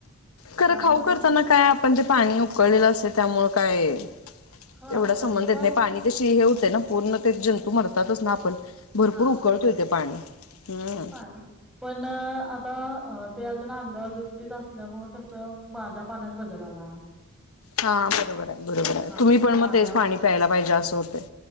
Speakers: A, on the left; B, in the centre.
A: खरं
B: त्यामुळे
A: खाऊ करताना काय आपण जे पाणी उकळलेलं असल त्यामुळेळ काय
B: हा
A: एवढा
B: तरी
A: संबंध येत
B: पण
A: नाही पाणी तशी हे होते ना पूर्ण ते जंतू मरतातच ना आपण भरपूर
B: हा
A: उकळतो
B: उकळ
A: य ते पाणी ह
B: <inaudible> पण आता ते अजून अंगावर दुपपीत असल्यामुळे कसं भाझ्या पाण्यात बदल आला
A: हा बरोबर आहे बरोबर आहे
B: हा
A: तुम्ही पण मग
B: माझ्या
A: तेच पाणी प्यायला पाहिजे असं होते